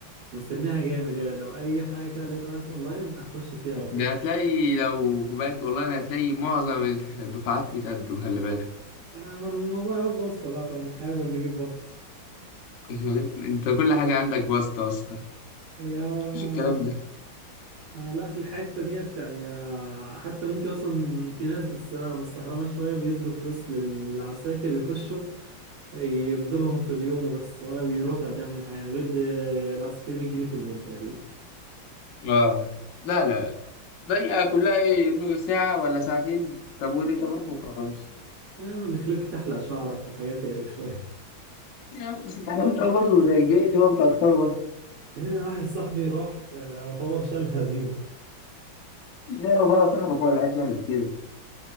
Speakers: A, on the right; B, on the left.
A: ومستنيها جامد يعني لو أي حاجة كده لقيتها طلعت أونلاين هخش فيها على
B: ده
A: طول
B: هتلاقي لو بقيت والله أنا هتلاقي معظم الدفعات <laughs> بتقدم خلي بالك
A: آه، ما الموضوع عاوز واسطة بقى فنحاول نجيب واسطة
B: <laughs> أنت كل حاجة عندك واسطة واسطة
A: هي آه،
B: مفيش الكلام ده
A: آه، لا في الحتة ديت يعني آه، حتى ممكن أصلا في ناس بس أنا بستحرمها شوية بيدوا فلوس للعساكر يخشوا يمضلهم في اليوم وبس ولا بيروح ولا بيعمل حاجة يعني بيدي العسكري 100 جنيه في اليوم تقريبا
B: آه لا لا لا هي كلها إيه نو- ساعة ولا ساعتين طب وليه طب روح وخلاص
A: آه، بيخليك تحلق شعرك وحاجات تقرف شوية
B: يعني بس التعليم برضه زي الجيش هو بتأخره
A: هنا واحد صاحبي راح آه، يعتبر شالها زيرو
B: لا هو بقى صاحبك هو اللي عايز يعمل كده